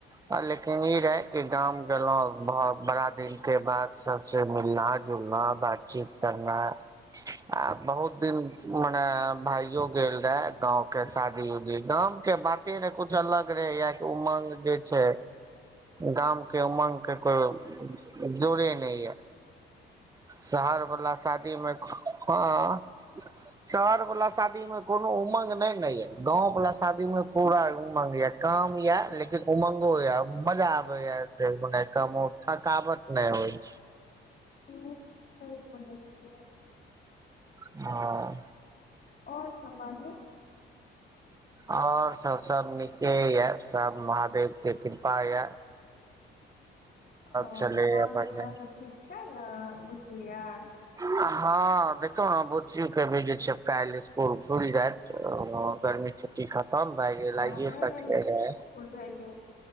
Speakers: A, on the right (about 15°); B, on the left (about 50°).
A: हँ लेकिन ई रहे डी गाम गेलहुँ बड़ा दिन केँ बाद सब से मिलना जुलना बातचीत करनाइ आ बहुत दिन मने भाइयो गेल रहै गाँंव केँ शादी उदी गाम केँ बाते जे कुछ अलग रहे या उमंग जे छै गाम केँ उमंग केँ कोइ जोरे नइ य शहर वला शादी मऽ
B: ने
A: हँ शहर वला शादी मऽ कोनो उमंग नैय नऽ यऽ गाँव वला शादी मे पूरा उमंग यऽ काम यऽ लेकिन उमंगो यऽ मजा आबै य जे माने कामो थकावट नय होइ छै
B: हँ <unintelligible> बोलै छियै
A: हँ
B: आओर सब बाजू
A: आओर सब सब नीके यऽ सब महादेव केँ कृपा यऽ
B: ओ
A: चलैये
B: बाल
A: बढ़िया
B: बच्चा सब ठीक छै नऽ बुच्ची यर
A: हँ देखो नऽ बुच्ची कऽ भी जे छै अब काइल इसकुल खुइल जैत ओ गर्मी छुट्टी ख म भए गेल
B: हँ
A: आइये
B: नय -
A: तक
B: नय, नय
A: के
B: -
A: रहे
B: नय इसकुल भेजू